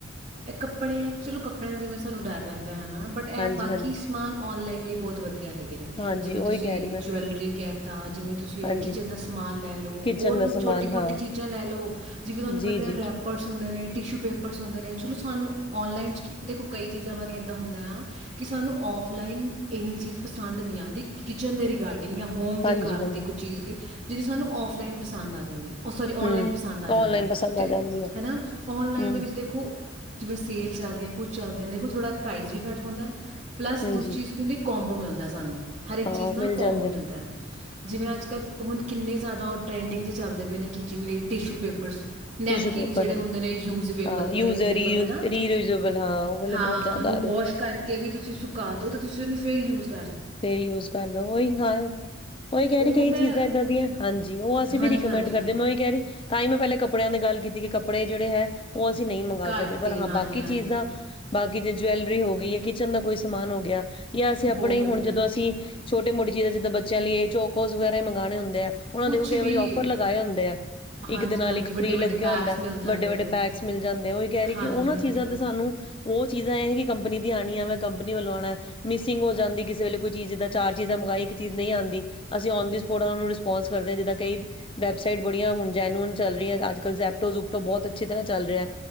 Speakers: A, on the right; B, on the left.
A: ਇਹ ਕੱਪੜੇ ਆ ਚਲੋ ਕੱਪੜਿਆਂ ਦਾ ਜਿਵੇਂ ਸਾਨੂੰ ਡਰ ਰਹਿੰਦਾ ਹਨਾ। ਬਟ ਇਹ
B: ਹਾਂਜੀ
A: ਬਾਕੀ
B: ਹਾਂਜੀ
A: ਸਮਾਨ ਔਨਲਾਈਨ ਲਈ ਬਹੁਤ ਵਧੀਆ ਹੈਗੇ ਨੇ
B: ਹਾਂਜੀ
A: ਜਿਵੇਂ
B: ਉਹੀ
A: ਤੁਸੀਂ
B: ਕਹਿ ਰਹੀ ਮੈਂ
A: ਜਵੈਲਰੀ ਕਹਿ ਤਾ ਜਿਵੇਂ ਤੁਸੀਂ
B: ਹਾਂਜੀ
A: ਇਹ ਕਿਚਨ ਦਾ ਸਮਾਨ ਲੈ ਲਓ
B: ਕਿਚਨ
A: ਹੋਰ
B: ਦਾ ਸਮਾਨ
A: ਛੋਟੀ ਮੋਟੀ
B: ਹਾਂ
A: ਚੀਜ਼ਾਂ ਲੈ ਲਓ ਜਿਵੇਂ ਤੁਹਾਨੂੰ
B: ਜੀ
A: ਪਤਾ
B: ਜੀ
A: ਹੈ ਰੈਪ ਪਰਸ ਹੁੰਦੇ ਨੇ ਟਿਸ਼ੂ ਪੇਪਰਸ ਹੁੰਦੇ ਨੇ ਚਲੋ ਸਾਨੂੰ ਔਨਲਾਈਨ 'ਚ ਕੀ ਦੇਖੋ ਕਈ ਚੀਜ਼ਾਂ ਬਾਰੇ ਇੱਦਾਂ ਹੁੰਦਾ ਆ ਕਿ ਸਾਨੂੰ ਔਫਲਾਈਨ ਇੰਨੀ ਚੀਜ਼ ਪਸੰਦ ਨਹੀਂ ਆਉਂਦੀ ਕਿਚਨ ਦੇ ਰਿਗਾਰਡਿੰਗ ਜਾਂ ਹੋਮ ਦੇ
B: ਹਾਂਜੀ
A: ਘਰ
B: ਹਾਂਜੀ
A: ਤੇ ਕੁਝ ਚੀਜ਼ ਲਈ ਜਿਹਨੀ ਸਾਨੂੰ ਔਫਲਾਈਨ ਪਸੰਦ ਆ ਜਾਂਦੀ ਆ। ਉਹ ਸੋਰੀ
B: ਹੂੰ,
A: ਔਨਲਾਈਨ ਪਸੰਦ ਆ ਜਾਂਦੀ
B: ਔਨਲਾਈਨ
A: ਹੈ
B: ਪਸੰਦ
A: ਅਤੇ
B: ਆ ਜਾਂਦੀ ਆ।
A: ਹੈ ਨਾ ਔਨਲਾਈਨ
B: ਹੂੰ,
A: ਦੇ ਵਿੱਚ ਦੇਖੋ ਜਿਵੇਂ ਸੇਲ ਚੱਲਦੀ ਹੈ ਕੁਛ ਚੱਲਦੇ ਹਨ ਦੇਖੋ ਥੋੜ੍ਹਾ ਪ੍ਰਾਈਜ਼ ਵੀ ਘਟ ਹੁੰਦਾ ਪਲੱਸ
B: ਹਾਂਜੀ
A: ਦੂਜੀ ਚੀਜ਼ ਕੀ ਹੁੰਦੀ ਕੋ ਉਹ ਮਿਲਦਾ ਸਾਨੂੰ ਹਰ ਇੱਕ
B: ਹਾਂ
A: ਚੀਜ਼ ਨਾਲ
B: ਮਿਲ
A: ਕੌਬੋ
B: ਜਾਂਦੇ
A: ਮਿਲਦਾ ਹੈ ਜਿਵੇਂ ਅੱਜ ਕੱਲ੍ਹ ਹੁਣ ਕਿੰਨੇ ਜ਼ਿਆਦਾ ਉਹ ਟਰੈਂਡਿੰਗ ' ਚੱਲਦੇ ਪਏ ਨੇ ਕਿਚਿੰਗ ਲਈ tissue papers napkin
B: tissue paper
A: ਜਿਹੜੇ
B: ਹਨ।
A: ਹੁੰਦੇ ਨੇ ਯੂਜਵੇਬਲ
B: ਹਾਂ ਯੂਜ
A: ਯੂਜੇਬਲ
B: ਰੀਯੂਜ
A: ਹੈ ਨਾ
B: ਰੀਯੂਜੇਬਲ ਹਾਂ ਉਹ ਵਾਲੇ
A: ਹਾਂ
B: ਬਹੁਤ ਜ਼ਿਆਦਾ
A: ਉਹਨੂੰ
B: ਆ ਰਹੇ।
A: ਵੋਸ਼ ਕਰਕੇ ਵੀ ਤੁਸੀਂ ਸੁਕਾ ਦੋ ਤੂੰਸੀਂ ਉਸਨੂੰ ਫਿਰ ਯੂਸ
B: ਫੇਰ ਯੂਜ ਕਰਲੋ ਉਹੀ ਹਾਂ ਉਹੀ ਕਹਿ
A: ਉਹ
B: ਰਹੀ ਕਈ
A: ਮੈਂ
B: ਚੀਜ਼ਾਂ ਇਦਾ ਦੀਆ ਹਾਂਜੀ ਉਹ ਅਸੀਂ
A: ਹਾਂਜੀ
B: ਰਿਕਮੈਂਡ
A: ਹਾਂਜੀ
B: ਕਰਦੇ ਮੈਂ ਉਹੀ ਕਹਿ ਰਹੀ ਤਾਂ ਮੈਂ ਪਹਿੱ ਕੱਪੜਿਆਂ ਦੀ ਗੱਲ ਕੀਤੀ ਕਿ ਕੱਪੜੇ ਜਿਹੜੇ ਹੈ ਉਹ ਅਸੀਂ ਨਹੀਂ ਮੰਗਵਾ
A: ਘੱਟ
B: ਸਕਦੇ ਪਰ
A: ਹੀ
B: ਹਾਂ
A: ਹਾਂਜੀ
B: ਬਾਕੀ
A: ਹਾਂਜੀ
B: ਚੀਜ਼ ਦਾ ਬਾਕੀ ਜ ਜਵੈਲਰੀ ਹੋ ਗਈ ਹੈ, ਕਿਚਨ ਦਾ ਕੋਈ ਸਮਾਨ ਹੋ ਗਿਆ। ਜਾਂ ਅਸੀਂ
A: ਬਹੁਤ
B: ਆਪਣੇ ਹੀ
A: ਵਧੀਆ
B: ਹੁਣ ਜਦੋਂ ਅਸੀਂ ਛੋਟੇ, ਛੋਟੀ ਮੋਟੀ ਚੀਜਾ ਜਿਦਾਂ ਬੱਚਿਆਂ ਲਈ ਚੋਕੋ ਵਗੈਰਾ ਮੰਗਾਣੇ ਹੁੰਦੇ ਆ। ਉਹਨਾਂ
A: ਕੁਝ
B: ਦੇ ਉਹ ਕਈ
A: ਵੀ
B: ਵਾਰੀ ਆਫਰ ਲਗਾਏ ਹੁੰਦੇ ਆ
A: ਹਾਂਜੀ
B: ਇੱਕ ਦੇ ਨਾਲ
A: ਹਾਂਜੀ
B: ਇੱਕ
A: ਵੱਡੇ
B: ਫ੍ਰੀ
A: ਵੱਡੇ
B: ਲੱਗਿਆ
A: ਪੈਕਸ
B: ਹੁੰਦਾ
A: ਮਿਲ ਜਾਂਦੇ
B: ਵੱਡੇ-ਵੱਡੇ
A: ਨੇ
B: ਪੈਕਸ ਮਿਲ ਜਾਂਦੇ ਆ ਉਹੀ ਕਹਿ ਰਹੀ
A: ਹਾਂਜੀ
B: ਕਿ ਉਹਨਾਂ
A: ਹਾਂਜੀ
B: ਚੀਜ਼ਾਂ ਦੇ ਸਾਨੂੰ ਉਹ ਚੀਜ਼ਾਂ ਇਹ ਕਿ ਕੰਪਨੀ ਦੀ ਆਣੀ ਆ ਮੈਂ ਕੰਪਨੀ ਵੱਲੋਂ ਆਉਣਾ ਮਿਸਿੰਗ ਹੋ ਜਾਂਦੀ ਕਿਸੇ ਵੇਲੇ ਕੋਈ ਚੀਜ਼ ਜਿੱਦਾਂ ਚਾਰ ਚੀਜ਼ਾਂ ਮੰਗਾਈ ਇੱਕ ਚੀਜ਼ ਨਹੀਂ ਆਦੀ ਅਸੀਂ ਔਨ ਦੀ ਸਪੋਟ ਨੂੰ ਰਿਸਪੋਂਸ ਕਰਦੇ ਹਾਂ ਜਿੱਦਾਂ ਕਈ ਵੈਬਸਾਈਟ ਬੜੀਆਂ ਹੁਣ ਜੈਨਿਉਨ ਚੱਲ ਰਹੀਆਂ ਅੱਜ ਕਲ ਜੇਪੋਟੋ ਜੁਪਟੋ ਬਹੁਤ ਅੱਛੀ ਤਰ੍ਹਾਂ ਚੱਲ ਰਿਹਾ